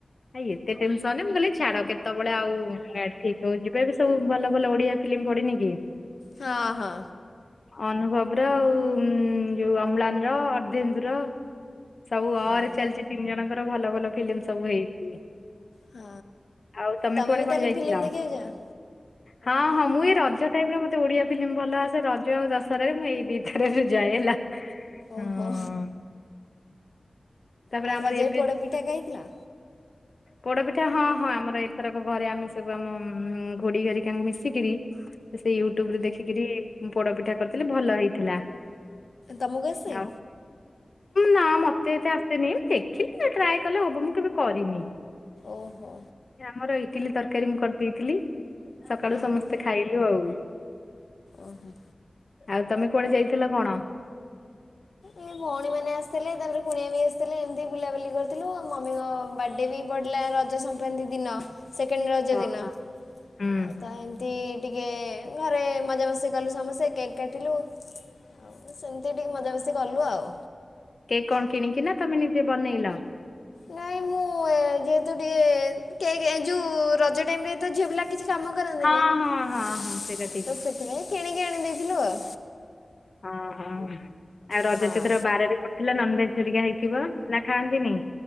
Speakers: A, on the left; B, on the left.
A: ଭାଇ ଏତେ ଟେନସନ ମୁଁ କହିଲି ଛାଡ କେତେବେଳେ ଆଉ ଗାଡି ଠିକ ହଉ ଯିବେ ବି ସବୁ ଭଲ ଭଲ ଓଡିଆ ଫିଲ୍ମ ପଡିିନି କି?
B: ହଁ ହଁ।
A: ଅନୁଭବ ର ଆଉଁ ଯୋଉ ଅମ୍ଳାନ ର ଅରର୍ଧେନ୍ଦ ର ସବୁ
B: ହଁ।
A: ଆରେ ଚାଲିଛି ତିନି ଜଣଙ୍କର ଭଲ ଭଲ ଫିଲ୍ମ ସବୁ ହେଇଛି।
B: ହଁ
A: ଆଉ
B: ତମେ
A: କୁଆଡେ
B: ବି
A: କଣ
B: ତାହେଲେ
A: ଯାଇଥିଲ?
B: ଫିଲ୍ମ ଦେଖିବାକୁ ଯାଅ?
A: ହଁ, ହଁ ମୁଁ ଏଇ ରଜ ଟାଇମରେ ମତେ ଓଡିଆ ଫିଲ୍ମ ଭଲ ଆସେ ରଜ ଆଉ ଦଶହରାରେରେ ମୁଁ ଏଇ ଦିଟାରେରେ ଯାଏ ହେଲା। ହଁ
B: ଓହୋ।
A: ତାପରେ
B: ଆଉ
A: ଆମର
B: ରଜରେ
A: ଏବେ
B: ପୋଡପିଠା
A: ଯୋଉ
B: ଖାଇଥିଲ?
A: ପୋଡପିଠା ହଁ ହଁ ଆମର ଏଥରକ ଘରେ ଆମେ ସବୁ ଆମଉଁ ଖୁଡ଼ି ହେରିଙ୍କା କାଙ୍କୁ ମିଶିକିରି ସେ ୟୁଟ୍ୟୁବରେ ଦେଖିକରି ପୋଡ ପିଠା କରିଥିଲେ ଭଲ ହେଇଥିଲା।
B: ତମକୁ ଆସେ?
A: ଆଉ ନା ମତେ ଏତେ ଆସନି ଦେଖିଲି ଟ୍ରାଏ କଲେ ହବ ମୁଁ କେବେ କରିନି।
B: ଓହୋ।
A: ଆମର ଇଟିଲି ତରକାରୀ ମୁଁ କରିଦେଇଥିଲି ସକାଳୁ
B: ହଁ
A: ସମସ୍ତେ
B: ହଁ
A: ଖାଇଲୁ ଆଉ।
B: ଓହୋ।
A: ଆଉ ତମେ କୁଆଡେ ଯାଇଥିଲ କଣ?
B: ଏ ଭଉଣୀ ମାନେ ଆସିଥିଲେ ତାପରେ କୁଣିଆ ବି ଆସିଥିଲେ ଏମିତି ବୁଲାବୁଲି କରିଥିଲୁ ଆଉ ମମିଙ୍କ ବା ଡେ ବି ପଡ଼ିଲା ରଜ ସଂକ୍ରାନ୍ତି ଦିନ ସେକେଣ୍ଡ ରଜ
A: ହଁ
B: ଦିନ।
A: ହଁ ହୁଁ।
B: ଆଉ ତ ଏମିତି ଟିକେ ଘରେ ମଜାମସ୍ତି କଲୁ ସମସ୍ତେ କେକ୍ କାଟିଲୁ। ଆଉ ସେମିତି ଟିକେ ମଜାମସି କଲୁ ଆଉ।
A: କେକ କଣ କିଣିକି ନା ତମେ ନିଜେ ବନେଇଲ?
B: ନାଇଁ ମୁଁ ଯେହେତୁ ଟିକେ କେକ ଏ ଯୋଉ ରଜ ଟାଇମରେ ଝିଅପିଲା କିଛି କାମ କରନ୍ତିନି
A: ହଁ ହଁ
B: ତ
A: ହଁ ହଁ ସେଇଟା ଠିକ୍
B: ସେଥିପାଇଁ କିଣିକି ଆଣି ଦେଇଥିଲୁ ଆଉ।
A: ଓହୋ ଆଉ ରଜସେତିର
B: ହଁ
A: ବାରରେ ପଡ଼ିଥିଲା ନନ ଭେଜରିକା ହେଇଥିବ। ନା ଖାଆନ୍ତିନି।